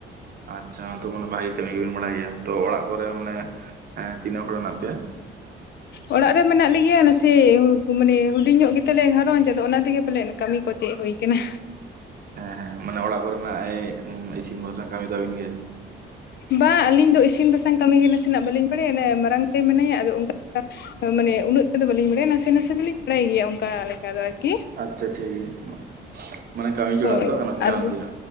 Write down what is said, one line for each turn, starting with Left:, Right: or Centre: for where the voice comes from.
Right: ᱟᱪᱪᱷᱟ ᱛᱚ ᱢᱟᱱᱮ ᱵᱷᱟᱜᱮ ᱠᱟᱹᱢᱤ ᱜᱮᱵᱤᱱ ᱵᱟᱲᱟᱭ ᱜᱮᱭᱟ, ᱛᱚ ᱚᱲᱟᱜ ᱠᱚᱨᱮ ᱢᱟᱱᱮ ᱛᱤᱱᱟᱹᱜ ᱦᱚᱲ ᱦᱮᱱᱟᱜ ᱯᱮᱭᱟ?
Left: ᱚᱲᱟᱜ ᱨᱮ ᱢᱮᱱᱟᱜ ᱞᱮᱜᱮᱭᱟ ᱱᱟᱥᱮ ᱢᱟᱱᱮ ᱦᱩᱰᱤᱧᱚᱜ ᱜᱮᱛᱟᱞᱮᱭᱟ ᱜᱷᱟᱨᱚᱸᱧᱡᱽ ᱟᱫᱚ ᱚᱱᱟ ᱛᱮᱜᱮ ᱯᱟᱞᱮ ᱠᱟᱹᱢᱤ ᱠᱚ ᱪᱮᱜ ᱦᱳᱭ ᱠᱟᱱᱟ᱾
Right: ᱦᱮᱸ ᱦᱮᱸ, ᱢᱟᱱᱮ ᱚᱲᱟᱜ ᱠᱚᱨᱮᱱᱟᱜ ᱤᱥᱤᱱ ᱵᱟᱥᱟᱝ ᱠᱟᱹᱢᱤ ᱛᱟᱹᱵᱤᱱ ᱜᱮ?
Left: ᱵᱟ ᱟᱹᱞᱤᱧ ᱫᱚ ᱤᱥᱤᱱ ᱵᱟᱥᱟᱝ ᱠᱟᱹᱢᱤ ᱜᱮ ᱱᱟᱥᱮᱱᱟᱜ ᱵᱟᱹᱞᱤᱧ ᱵᱟᱲᱟᱭᱟ ᱢᱟᱨᱟᱝ ᱫᱟᱹᱭ ᱢᱮᱱᱟᱭᱟ, ᱟᱫᱚ ᱚᱝᱠᱟ ᱢᱟᱱᱮ ᱩᱱᱟᱹᱜ ᱴᱟ ᱫᱚ ᱵᱟᱹᱞᱤᱧ ᱵᱟᱲᱟᱭᱟ ᱱᱟᱥᱮ ᱱᱟᱥᱮ ᱫᱚᱞᱤᱧ ᱵᱟᱲᱟᱭ ᱜᱮᱭᱟ ᱚᱱᱠᱟ ᱞᱮᱠᱟ ᱫᱚ᱾ ᱟᱨᱠᱤ
Right: ᱟᱪᱪᱷᱟ ᱴᱷᱤᱠ ᱢᱟᱱᱮ ᱠᱟᱹᱢᱤ ᱡᱚᱲᱟᱜ
Left: ᱦᱳᱭ
Right: ᱫᱚ ᱜᱟᱱᱚᱜ ᱠᱟᱱ
Left: ᱟᱨ
Right: ᱜᱮᱭᱟ᱾